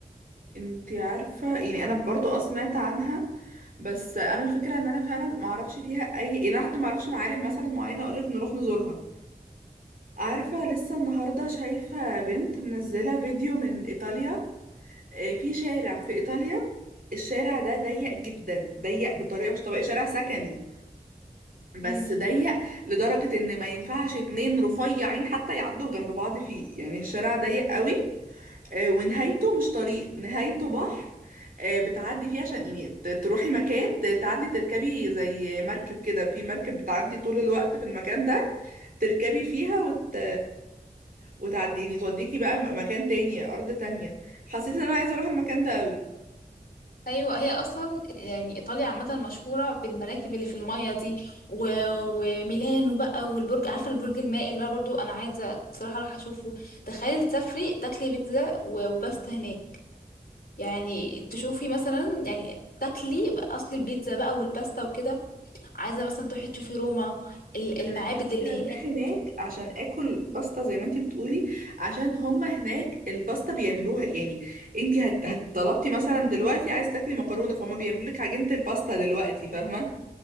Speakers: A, on the right; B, on the left.
A: انتي عارفة يعني انا برضو اه سمعت عنها بس انا الفكرة ان انا فعلا ما اعرفش فيها اي يعني انا حتى ما اعرفش معالم مثلا معينة اقولك نروح نزورها عارفة لسه النهاردة شايفة بنت منزلة فيديو من ايطاليا آه، في شارع في ايطاليا الشارع ده ضيق جدا ضيق بطريقة مش طبيعية شارع سكني بس
B: مم.
A: ضيق لدرجة ان ما ينفعش اتنين رفيعين حتى يعدوا جنب بعض فيه يعني الشارع ضيق قوي آه، ونهايته مش طريق نهايته بحر آه، بتعدي فيه عشان يعني ت- تروحي مكان ت- تعدي تركبي زي مركب كده في مركب بتعدي طول الوقت في المكان ده تركبي فيها وت... وتعدي يعني توديكي بقى م- مكان تاني أرض تانية حسيت ان انا عايزة اروح المكان ده قوي
B: ايوه هي اصلا يعني ايطاليا عامه مشهوره بالمراكب اللي في الميه دي و... وميلانو بقى والبرج عارفه البرج المائل بقى برضو انا عايزه بصراحه اروح اشوفه تخيل تسافري تاكلي بيتزا و- وباستا هناك يعني تشوفي مثلا يعني تاكلي بقى اصل البيتزا بقى والباستا وكده عايزه مثلا تروحي تشوفي روما ال- المعابد
A: انا نفسي
B: اللي
A: اروح
B: هناك
A: هناك عشان اكل باستا زي ما انتي بتقولي عشان هما هناك الباستا بيعملوها يعني انتي هت... هتطلبتي مثلا دلوقتي عايز تاكلي مكرونه فهم بيعملوا لك عجينه الباستا دلوقتي فاهمه